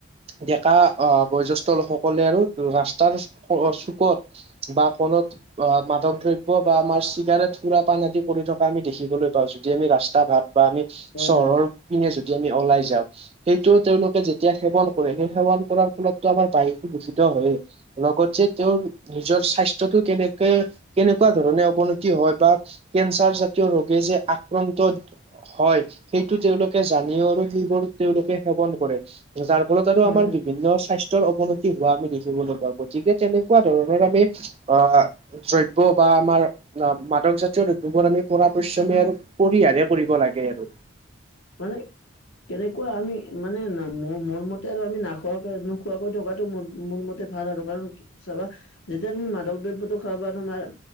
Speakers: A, on the right (about 30°); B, on the left (about 65°).
A: ডেকা আহ বয়োজ্ষ্ঠ লোকসকলে আৰু ৰাস্তাৰ চুকত বা কোনত অ মাদক দ্ৰব্য বা আমাৰ চিগাৰেট সুৰা পাণ আদি পৰি থকা আমি দেখিবলৈ পাওঁ যদি আমি ৰাস্তা ঘাট বা আমি
B: হয়
A: চহৰৰ
B: হয়
A: পিনে যদি আমি ওলাই যাওঁ সেইটো তেওঁলোকে যেতিয়া সেৱন কৰে সেই সেৱন কৰাৰ ফলতটো আমাৰ বাহটো দূষিত হয়েই লগতে তেওঁৰ নিজৰ স্বাস্থ্যতো কেনেকে কেনেকুৱা ধৰণে অৱনতি হয় বা কেঞ্চাৰ জাতীয় ৰোগে যে আক্ৰান্ত হয় সেইটো তেওঁলোকে জানিও আৰু সেইবোৰ তেওঁলোকে সেৱন কৰে যাৰ ফলত আৰু
B: হয়
A: আমাৰ
B: হয়
A: বিভিন্ন স্বাস্থ অৱনতি হোৱা আমি দেখিবলৈ পাওঁ গতিকে তেনেকুৱা ধৰণৰ আমি আহ দ্ৰব্য বা আমাৰ অ, মাদক জাতীয় পবোৰ আমি পৰাপশ্ৰমে আৰু পৰিহাৰে কৰিব লাগে আৰু
B: মানে কেনেকুৱা আমি মানে মোৰ মতে আৰু আমি নাখোৱাকৈ - নোখোৱাকৈ থকাতটো ম মোৰ মতে ভাল আৰু কাৰণ চাবা যেতিয়া তুমি মাদক দ্ৰব্যতটো খাবা তোমাৰ